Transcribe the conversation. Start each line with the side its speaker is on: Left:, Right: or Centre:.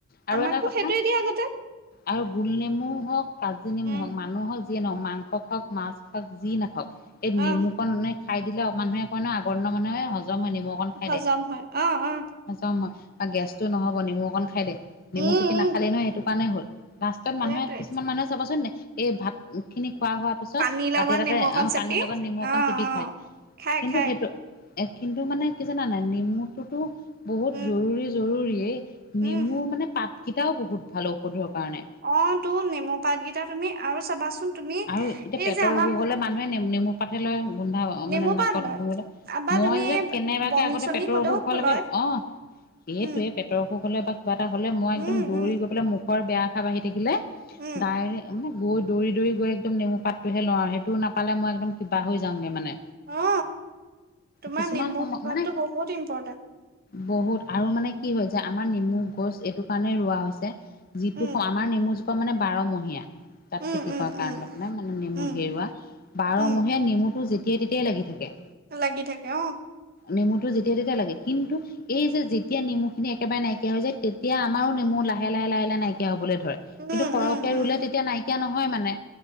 Left: আৰু
Right: আমাকো
Left: এটা কথা
Right: সেইটোৱে দিয়ে আগতে।
Left: আৰু গোলনেমু হওক কাজি নেমু
Right: উম
Left: হওক মানুহৰক যিয়ে নহওক মাংস খাওক মাছ খাক যি নাখাওক এই নেমু
Right: আহ
Left: কন মানে খাই দিলে অ মানুহে কয় ন আগৰ দিনৰ মানুহে সজ যম হয় নিমখ অকণ খাই
Right: হজম
Left: দে।
Right: হয় অ অ
Left: সযম হয় বা গেছটো নহব নেমু অকণ খাই দে। নেমু
Right: উম
Left: চেপি
Right: উম
Left: নাখালে নহয় সেইটো কাৰণে হ'ল। লাষ্টত
Right: সেইটোৱে
Left: মানুহে কিছুমান মানুহে চাবচোন নে এই ভাত খিনি খোৱা হোৱা পিছত
Right: পানীৰ লগত
Left: বাতি এতাতে
Right: নেমু অকণ
Left: আহ
Right: চেপি
Left: পানীৰ লগত নেমু অকণ
Right: অ
Left: চিপি
Right: অ
Left: খায়।
Right: খাই
Left: কিন্তু
Right: খাই
Left: সেইটো এ কিন্তু মানে কি জানা নাই নেমুতোতো বহুত
Right: উম
Left: জৰুৰী জৰুৰীয়ে।
Right: উম
Left: নেমুৰ মানে পাতকিটাও বহুত ভাল ঔষধৰ। কাৰণে
Right: অ তো নেমু পাতকিটা তুমি আৰু চাবাচোন। তুমি
Left: আৰু এতিয়া
Right: এই
Left: পেটৰ
Right: যে আমাৰ
Left: অসুখ হলে মানুহে নেমু নেমু পাতহে লয়। গোন্ধাব মানে
Right: নেমু
Left: নাকত।
Right: পাত লয় বা
Left: মই
Right: তুমি
Left: যে
Right: এই
Left: কেনেবাকে
Right: বমি
Left: আগতে
Right: চমি
Left: পেটৰ
Right: হলেও
Left: অসুখলৈকে
Right: লয়
Left: অ। সেটোয়ে
Right: উম
Left: পেটৰ অসুখ হলে বা। কিবা এটা হলে মই একদম
Right: উম
Left: দৌৰি
Right: উম
Left: গৈ পেলাই মুখৰ বেয়া আশা বাঢ়ি থাকিলে
Right: উম
Left: ডাইৰে মই গৈ দৌৰি দৌৰি গৈ একদম নেমু পাতটোহে লওঁ আও। সেইটোও নাপালে মই একদম কিবা হৈ যাংগে মানে।
Right: অ তোমাৰ
Left: কিছুমান
Right: নেমু
Left: সময়
Right: পাতটো
Left: মানে।
Right: বহুত ইম্পৰ্টেণ্ট
Left: বহুত আৰু মানে কি হয় যে আমাৰ নেমু গছ এইটো কাৰণে ৰোৱা হৈছে। যিটো
Right: উম
Left: আমাৰ নেমুজোপা মানে বাৰমহীয়া তাত
Right: উম
Left: খেতি
Right: উম
Left: কৰা। কাৰণ
Right: উম
Left: তাৰ মানে মানে নেমু
Right: উম
Left: ধেই ৰুৱা। বাৰমহীয়া
Right: উম
Left: নেমুটো যেতিয়াই তেতিয়াই লাগি থাকে।
Right: লাগি থাকে অ।
Left: নেমুটো যেতিয়া তেতিয়া লাগে কিন্তু এই যেতিয়া নেমু খিনি একেবাৰে নাইকিয়া হৈ যায় তেতিয়া আমাৰো নেমু লাহে লাহে লাহে লাহে নাইকিয়া হবলে ধ- ধৰে।
Right: উম
Left: কিন্তু সৰহকে
Right: উম উম
Left: ৰুলে তেতিয়া নাইকিয়া নহয় মানে